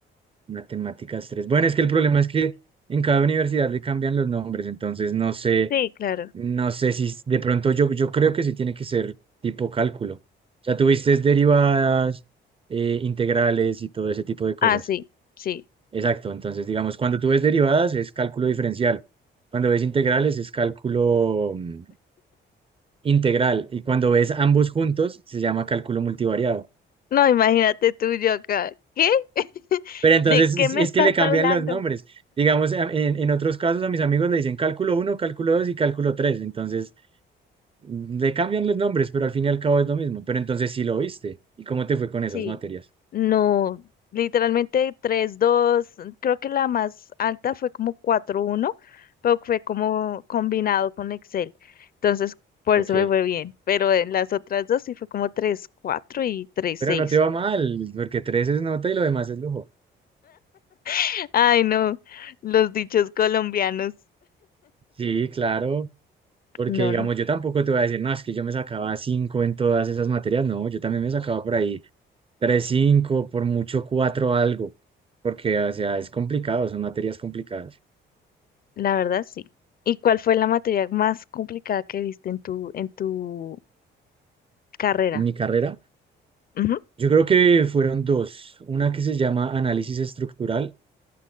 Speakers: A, on the right; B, on the left.
A: Matemáticas tres Bueno, es que el problema es que en cada universidad le cambian los nombres, entonces no sé,
B: Sí, claro.
A: no sé si s- de pronto yo, yo creo que sí tiene que ser tipo cálculo. O sea, tuviste derivadas, eh, integrales y todo ese tipo de cosas.
B: Ah, sí, sí.
A: Exacto, entonces digamos, cuando tú ves derivadas es cálculo diferencial, cuando ves integrales es cálculo mm, integral y cuando ves ambos juntos se llama cálculo multivariado.
B: No, imagínate tú yo acá. ¿Qué? <laughs>
A: Pero entonces
B: ¿De qué me
A: sí, es
B: estás
A: que le cambian
B: hablando?
A: los nombres. Digamos, a- en, en otros casos a mis amigos le dicen cálculo uno, cálculo 2 y cálculo 3. Entonces le cambian los nombres, pero al fin y al cabo es lo mismo. Pero entonces sí lo viste. ¿Y cómo te fue con esas
B: Sí.
A: materias?
B: No, literalmente tres dos creo que la más alta fue como cuatro uno pero fue como combinado con Excel. Entonces, por
A: Ok.
B: eso me fue bien. Pero en las otras dos sí fue como tres cuatro y tres
A: Pero
B: seis
A: no te va mal, porque 3 es nota y lo demás es lujo.
B: <laughs> Ay, no, los dichos colombianos.
A: Sí, claro. Porque
B: No,
A: digamos,
B: no,
A: yo tampoco te voy a decir, no, es que yo me sacaba cinco en todas esas materias. No, yo también me sacaba por ahí 3 5, por mucho 4 algo. Porque, o sea, es complicado, son materias complicadas.
B: la verdad sí. ¿Y cuál fue la materia más complicada que viste en tu, en tu carrera?
A: En mi carrera
B: Ujú.
A: Yo creo que fueron dos, una que se llama análisis estructural